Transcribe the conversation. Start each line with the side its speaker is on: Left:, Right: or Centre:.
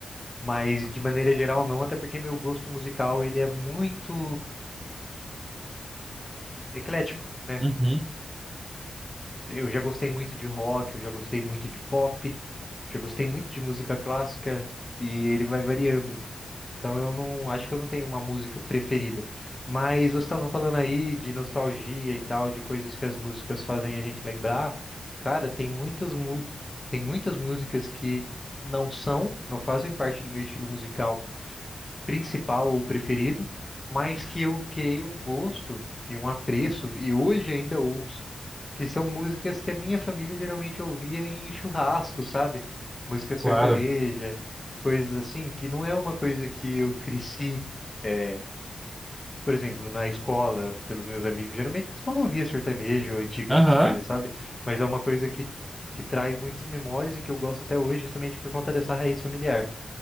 Left: Mas de maneira geral não, até porque meu gosto musical ele é muito eclético, né?
Right: uhum,
Left: Eu já gostei muito de rock, eu já gostei muito de pop, já gostei muito de música clássica e ele vai variando. Então eu não acho que eu não tenho uma música preferida. Mas você estava falando aí de nostalgia e tal, de coisas que as músicas fazem a gente lembrar. Cara, tem muitas mu- tem muitas músicas que não são, não fazem parte do meu estilo musical principal ou preferido, mas que eu criei um gosto e um apreço, e hoje ainda ouço, que são músicas que a minha família geralmente ouvia em churrasco, sabe? Música sertaneja,
Right: claro.
Left: coisas assim, que não é uma coisa que eu cresci, é, por exemplo, na escola, pelos meus amigos, geralmente o pessoal não ouvia sertanejo, antiga,
Right: Aham.
Left: essas coisas, sabe? Mas é uma coisa que, que traz muitas memórias e que eu gosto até hoje, justamente por conta dessa raiz familiar.